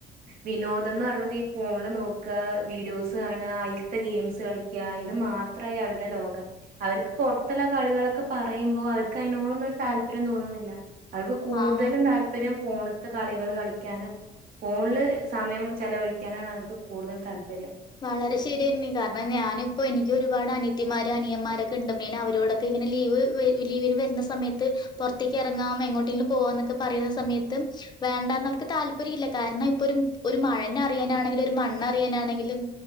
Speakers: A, on the right; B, on the left.
A: വിനോദന്ന് പറിണത് ഈ ഫോണില് നോക്കുക വീ വിഡിയോസ് കാണ അയിൽത്തെ ഗെയിംസ് കളിക്ക്യാ ഇത് മാത്രായി അവരുടെ ലോകം അവർക്ക് പൊറത്തുള്ള കളികളൊക്കെ പറയുമ്പോ അവർക്ക് അതിനോടൊന്നും ഒരു താല്പര്യം തോന്നുന്നില്ല അവർക്ക് കൂടുതലും
B: ആഹ്
A: താല്പര്യം ഫോണ്ത്തെ കളികള് കളിയ്ക്ക്യാനും ഫോണില് സമയം ചെലവഴിക്കാനാണ് അവർക്ക് കൂടുതൽ താല്പര്യം
B: വളരെ ശരിയന്നെ കാരണം ഞാനിപ്പം എനിയ്ക്ക് ഒരുപാട് അനത്തിമാരും അനിയന്മാരൊക്കെ ഇണ്ട് പ്പം ഞാൻ അവരോടൊ ക്കെ ഇങ്ങനെ ലീവ് ലീവിന് വര്ണ സമയത്ത് പൊറത്തിയ്ക്ക് എറങ്ങാം എങ്ങോട്ടെങ്കിലും പോവാന്നൊക്കെ പറിണ സമയത്ത് വേണ്ടാന്ന് ഓൽക്ക് താല്പര്യല്ല കാരണം ഇപ്പം ഒരു മഴെനെ അറിയാനാണെങ്കിലും ഒരു മണ്ണറിയാനാണെങ്കിലും